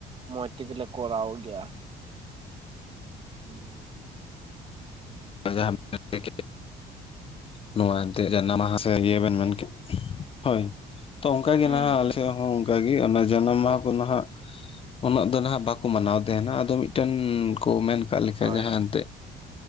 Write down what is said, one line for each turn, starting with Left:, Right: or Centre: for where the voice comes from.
Right: ᱢᱚᱸᱡᱽ ᱛᱮᱜᱮ ᱞᱮ ᱠᱚᱨᱟᱣ ᱜᱮᱭᱟ᱾ ᱦᱩᱸ
Left: ᱟᱹᱭ ᱱᱚᱣᱟ ᱮᱱᱛᱮ ᱡᱟᱱᱟᱢᱟᱦ ᱤᱭᱟᱹ ᱵᱮᱱ
Right: ᱦᱳᱭ
Left: ᱢᱮᱱ ᱠᱮᱫ ᱦᱳᱭ ᱛᱚ ᱚᱱᱠᱟ ᱜᱮ
Right: ᱦᱩᱸ
Left: ᱱᱟᱦᱟᱜ ᱟᱞᱮ
Right: ᱦᱩᱸ
Left: ᱥᱮᱫ ᱦᱚᱸ ᱚᱱᱠᱟᱟᱜ ᱚᱱᱟ ᱡᱟᱱᱟᱢ ᱢᱟᱦᱟ ᱠᱚᱫᱚ ᱦᱜ ᱩᱱᱟᱹᱜ ᱫᱚ ᱱᱟᱟᱜ ᱵᱟᱠᱚ ᱢᱟᱱᱟᱣ ᱛᱟᱦᱮᱱᱟ ᱟᱫᱚ ᱢᱤᱫᱴᱮᱱ ᱠᱚ ᱢᱮᱱ ᱠᱟᱜ ᱞᱮᱠᱟ
Right: ᱦᱳᱭ
Left: ᱡᱟᱦᱟᱸ ᱮᱱᱛᱮᱫ